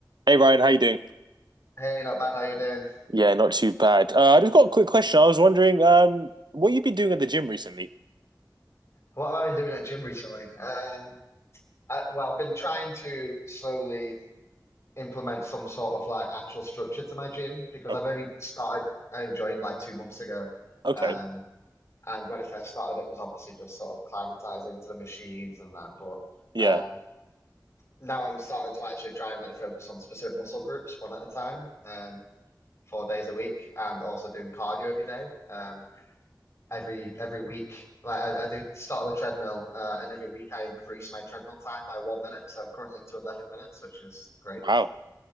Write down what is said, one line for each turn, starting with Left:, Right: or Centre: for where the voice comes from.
Right: Hey Ryan, how you doing?
Left: Hey, not bad. How you doing?
Right: Yeah, not too bad. Uh, I just got a quick question. I was wondering, um, what you've been doing at the gym recently?
Left: What have I been doing at gym recently? Um, I, well, I've been trying to slowly implement some sort of like actual structure to my gym because
Right: Oh,
Left: I've only started, I only joined like two months ago.
Right: okay.
Left: Um, and when I first started, it was obviously just sort of climatizing to the machines and that. But
Right: Yeah.
Left: um, now I'm starting to actually try and like focus on specific muscle groups one at a time, um, four days a week, and also doing cardio every day. Um, every every week. Like I, I do start on the treadmill, uh, and every week I increase my treadmill time by one minute. So I'm currently up to 11 minutes, which is great.
Right: Wow.